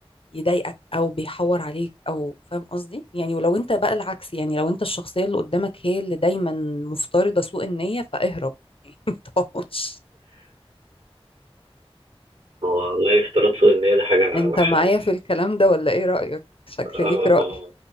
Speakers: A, on the left (about 60°); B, on the right (about 65°).
A: يضايقك او بيحور عليك او فاهم قصدي يعني ولو انت بقى العكس يعني لو انت الشخصية اللي قدامك هي اللي دايما مفترضة سوء النية فاهرب <laughs> متقعدش
B: والله افتراض سوء النية ده حاجة
A: انت
B: وحشة
A: معايا
B: أوي
A: في الكلام ده ولا ايه رأيك شكل
B: اه
A: ليك رأي
B: اه